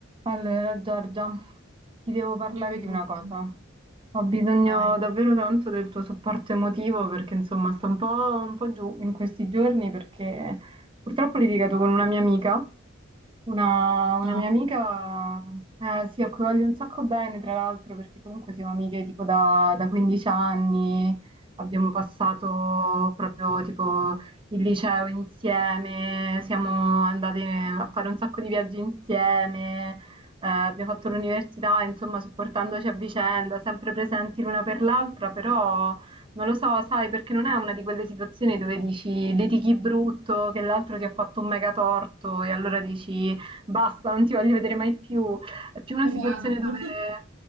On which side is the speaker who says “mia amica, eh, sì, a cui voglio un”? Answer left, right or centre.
Right